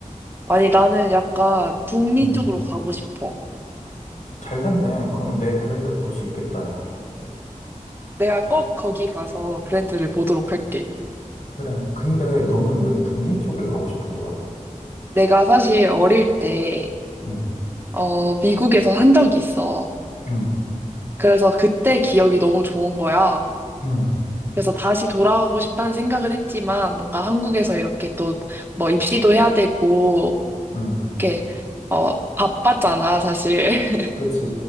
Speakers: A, on the right; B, on the left.
A: 아니, 나는 약간 북미
B: 응.
A: 쪽으로 가고 싶어.
B: 잘 됐네. 그럼 내 브랜드를 볼 수 있겠다. 야.
A: 내가 꼭 거기 가서 브랜드를 보도록 할게.
B: 그래. 근데 너는 왜 북미 쪽에 가고 싶은 거야?
A: 내가 사실 어릴 때,
B: 응,
A: 어, 미국에서 한 적이 있어.
B: 응,
A: 그래서 그때 기억이 너무 좋은 거야.
B: 응,
A: 그래서 다시 돌아가고 싶다는 생각은 했지만 뭔가 한국에서 이렇게 또 뭐 입시도 해야 되고
B: 응.
A: 이렇게 어 바빴잖아 사실. <laughs>
B: 그치.